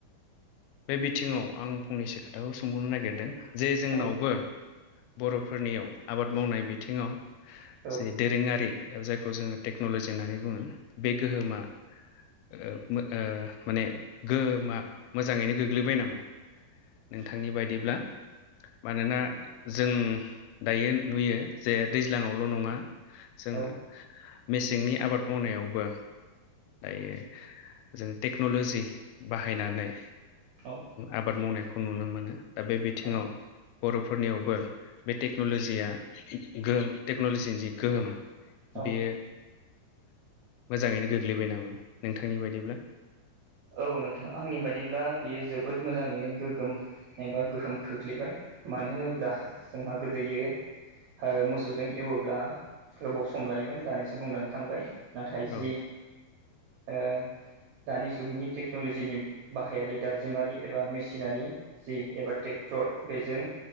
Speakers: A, on the left; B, on the right.
A: बे बिथिङाव आं फंनैसो खोथाखौ सोंबावनो नागिरदों जे जोंनावबो
B: औ
A: बर'फोरनियाव आबाद मावनाय बिथिङाव
B: औ
A: जे दोरोङारि जायखौ जोङो टेक्नलजि होननानै बुङो बे गोहोमा ओ मो ओ माने गोमा मोजाङैनो गोग्लैबाय नामा? नोंथांनि बायदिब्ला मानोना जों दायो नुयो जे दैज्लाङावल' नङा जोङो
B: औ
A: मेसेंनि आबाद मावनायावबो दायो जों टेक्न'ल'जि बाहायनानै
B: औ
A: आबाद मावनायखौ नुनो मोनो दा बे बिथिङाव
B: औ
A: बर'फोरनियावबो बे टेक्न'लजिया गोहोम टेक्न'लजिनि जि गोहोम
B: औ
A: बेयो मोजाङैनो गोग्लैबाय नामा नोंथांनि बायदिब्ला?
B: औ नोंथां आंनि बादिब्ला बियो जोबोद मोजाङैनो गोगोम एबा गोहोम खोख्लैबाय मानो होनोब्ला जोंहा गोदोयै ओ मोसौजों एवोब्ला गोबाव सम लायोमोन दासो बुंनानै थांबाय नाथाय जि
A: औ
B: ओ दानि जुगनि टेक्न'लजिनि बाहायारि दाजिमारि एबा मेसिनारि जि एबा ट्रेक्टर बेजों